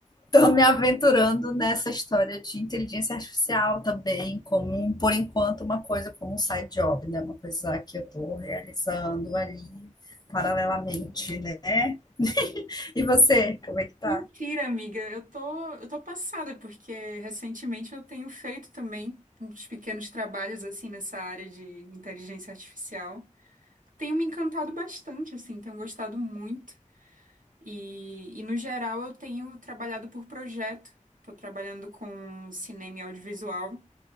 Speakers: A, on the left; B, on the right.
A: estou me aventurando nessa história de inteligência artificial também, como, um- por enquanto, uma coisa como um side job, né? Uma coisa que eu estou realizando ali paralelamente, né? E você, como é que tá?
B: Mentira, amiga. Eu tô, eu tô passada porque recentemente eu tenho feito também uns pequenos trabalhos assim nessa área de inteligência artificial. Tenho me encantado bastante, assim, tenho gostado muito. E, e no geral eu tenho trabalhado por projeto. Estou trabalhando com cinema e audiovisual.